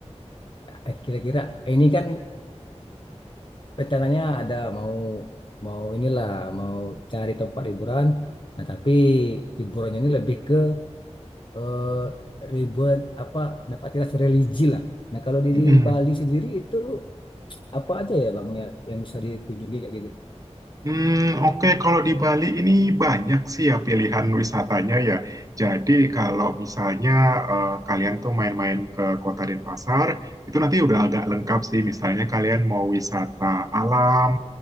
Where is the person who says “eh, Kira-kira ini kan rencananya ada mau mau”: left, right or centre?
Left